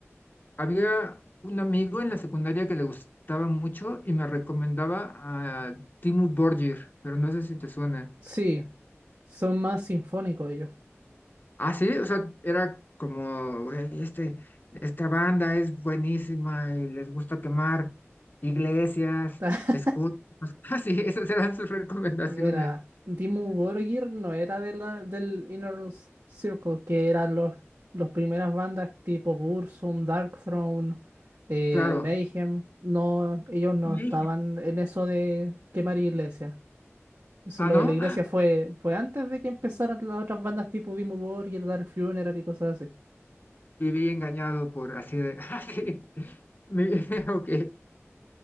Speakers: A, on the left; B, on the right.
A: había un amigo en la secundaria que le gustaba mucho y me recomendaba a Dimmu Borgir, pero no sé si te suena.
B: Sí, son más sinfónicos ellos.
A: Ah, sí, o sea, era como, "Güey, este, esta banda es buenísima y les gusta quemar iglesias,
B: <laughs>
A: escudos. <laughs> Ah, sí, esas eran sus recomendaciones.
B: Mira, Dimmu Borgir no era de la, del Inner Circle, que eran los, los primeras bandas tipo Burzum, Darkthrone, eh,
A: Claro.
B: Mayhem. No, ellos no
A: Y le
B: estaban
A: dije,
B: en eso de quemar iglesias. Eso,
A: Ah,
B: lo
A: no,
B: de la iglesia fue, fue antes de que empezaran las otras bandas tipo Dimmu Borgir, Dark Funeral y cosas así.
A: viví engañado por así de, <laughs> ah, sí, me- <laughs> ok,